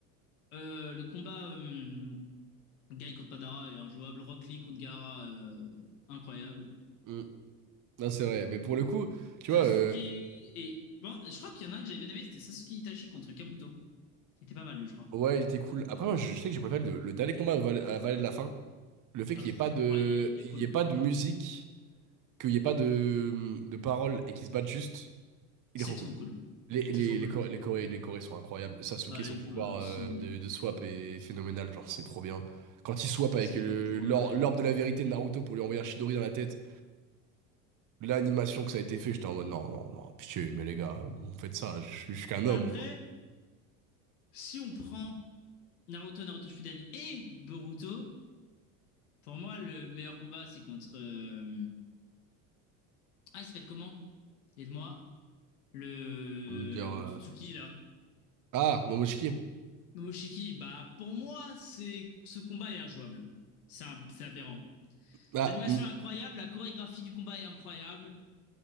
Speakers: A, on the left; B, on the right.
A: euh, le combat. euh, Guy contre Madara est injouable. Rock Lee contre Gara, euh, incroyable.
B: Mm. Non, c'est vrai, mais pour le coup,
A: Sasuke
B: tu vois, euh,
A: et. Bon, je crois qu'il y en a un que j'avais bien aimé, c'était Sasuke Itachi contre Kabuto. C'était pas mal, lui, je crois.
B: ouais, il était cool. Après, moi, je, je sais que j'ai préféré le, le dernier combat au Val- à la Vallée de la Fin, le fait
A: Alors,
B: qu'il n'y ait pas de,
A: moi, il est, il
B: il
A: est cool.
B: y ait pas de musique. qu'il n'y ait pas de, de paroles et qu'ils se battent juste,
A: C'est
B: il est trop
A: trop
B: cool.
A: cool.
B: Les,
A: C'est
B: les,
A: trop cool.
B: les, Coré- les, Coré- les Corés sont incroyables. Sasuke,
A: Bah, les
B: son pouvoir
A: coups, euh, de toute
B: euh,
A: façon,
B: de,
A: ouais.
B: de swap est phénoménal, genre c'est trop bien. Quand il swap avec
A: c'est
B: le,
A: comme pour.
B: l'or-
A: euh, ouais.
B: l'orbe de la vérité de Naruto pour lui envoyer un Chidori dans la tête, l'animation que ça a été fait, j'étais en mode non, non, non, pitié, mais les gars, vous faites ça, je, suis je suis qu'un homme,
A: Après,
B: moi.
A: si on prend Naruto, Naruto Shippuden et Boruto, pour moi, le meilleur combat, c'est contre. euh, Ah, il s'appelle comment Aide-moi. Le...
B: On me dire.
A: le
B: euh,
A: Otsutsuki, là.
B: Ah, Momoshiki.
A: Momoshiki, bah pour moi, c'est ce combat est injouable. C'est un- c'est aberrant.
B: Ah,
A: L'animation
B: m-
A: est incroyable, la chorégraphie du combat est incroyable.